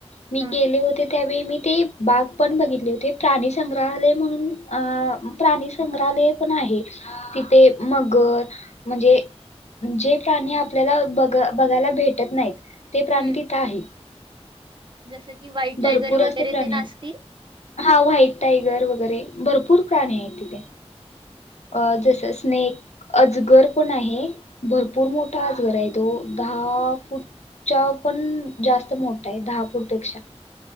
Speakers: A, on the left (about 80°); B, on the right (about 45°).
A: मी
B: हा
A: गेलो होते त्यावेळीं मी ते बाग पण बघितले होते. प्राणी संंग्रहालय म्हणून अ प्राणी संंग्रहालय पण आहे, तिथे मगर म्हंजे जे प्राणी आपल्याला बघ बघायला भेटत नाहीत ते प्राणी
B: हम्म
A: तिथं आहे.
B: जसं की व्हाईट टायगर
A: भरपूर
B: वगैरे
A: असे प्राणी
B: तेन
A: आहेतं.
B: असतील?
A: हा व्हाईट टायगर वगैरे भरपूर प्राणी येत तिथे अ जसं स्नेक. अजगर पण आहे, भरपूर मोठा अजगर आहे तो दहा फूटच्या पण जास्त मोठा आहे दहा फूटपेक्षा.